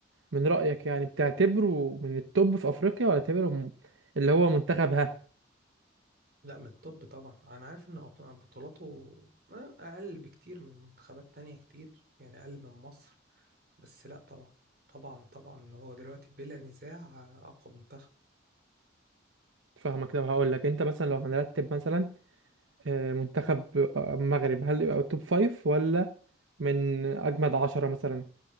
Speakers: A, on the right (about 85°); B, on the right (about 50°).
A: من رايك يعني بتعتبره من التوب في افريقيا ولا تعتبره م- اللي هو منتخب ها
B: لا من الطب طبعا انا عارف ان أب- بطولاته اقل بكتير من منتخبات تانية كتير يعني اقل من مصر بس لا طبعا طبعا طبعا هو دلوقتي بلا نزاع اقوى منتخب
A: فاهمك طب هقول لك انت مثلا لو هنرتب مثلا آه، منتخب آه، المغرب هل يبقى توب فايف ولا من اجمد عشرة مثلا